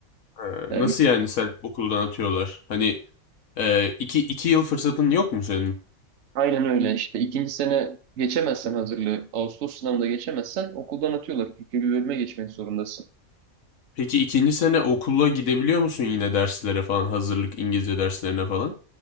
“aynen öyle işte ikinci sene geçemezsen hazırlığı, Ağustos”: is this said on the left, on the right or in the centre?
Right